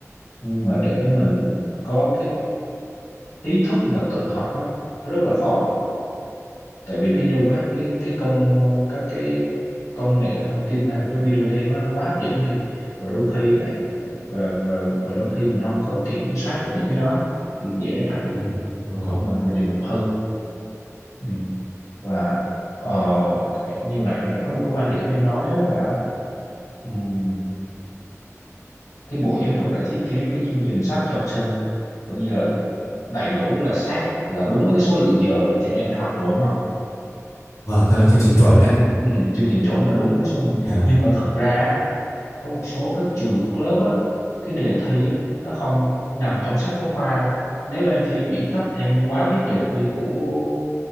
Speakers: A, on the left; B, on the left.
A: nhưng mà để mình có cái ý thức mà tự học á nó rất là khó tại vì cái nhu các cái, cái công ờ, các cái công nghệ thông tin hay là cái video game đó, nó quá hấp dẫn đi và đôi khi bạn ờ, và, và và đôi khi mình không có kiểm soát được những cái đó thì dễ đẩy
B: ừ. dạ vâng
A: con mình vào trường hợp hư ừ. và ờ,
B: Ừ.
A: như hồi nãy có một cái quan điểm em nói á là ừm, cái bộ giáo dục đã thiết kế cái chương trình sách cho học sinh coi như là đầy đủ là sát là đúng với cái số lượng giờ trẻ em phải học rồi đúng không
B: vâng thật là chương trình chuẩn đấy
A: ừ, chương trình chuẩn là đúng với số lượng
B: dạ
A: nhưng mà thật ra á, có một số các trường các lớp á cái đề thi á nó không nằm trong sách giáo khoa đâu nếu em thi chuyển cấp em quá biết đề thi của